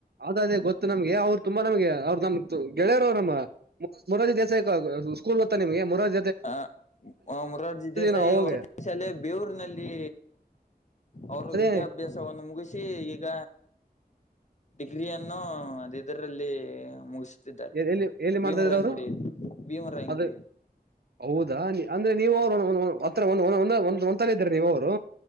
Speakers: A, on the right (about 80°); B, on the left (about 45°).
A: ಅದ, ಅದೇ ಗೊತ್ತು ನಮ್ಗೆ ಅವ್ರು ತುಂಬಾ ನಮ್ಗೆ ಅವ್ರರು ನಮ್ ಗೆಳೆಯರು ಅವ್ರು. ನಮ್ಮ್ ಮೂರಾರ್ಜಿ ದೇಸಾಯಿ ಸ್ಕೂಲ್ ಗೊತ್ತ ನಿಮಗೆ ಮೂರಾರ್ಜಿ,
B: ಅ ಅ ಮುರಾರ್ಜಿ ದೇಸಾಯಿ
A: ನಾವು ಅವಾಗ
B: ವಟಿ ಶಾಲಿ ಬೇವರಿನಲ್ಲಿ ಅವರು
A: ಅದೇ
B: ವಿದ್ಯಾಭ್ಯಾಸವನ್ನು ಮುಗಿಸಿ ಈಗ ಡಿಗ್ರಿಯನ್ನು ಅದರಲ್ಲಿ ಮುಗಿಸ
A: ಎಲ್ಲಿ ಎಲ್ಲಿ
B: ಭೀಮರಾಯನಗುಡಿ,
A: ಮಾಡ್ತಾ ಇದ್ರ ಅವರು
B: ಭೀಮರಾಯಗುಡಿ
A: ಅದ ಹೌದಾ, ಅಂದ್ರೆ ನೀವ ಅವ್ರುತ್ರ ಒಂದಂದ ಒಂದಂತಲಿ ಇದ್ರ ನೀವ ಅವರು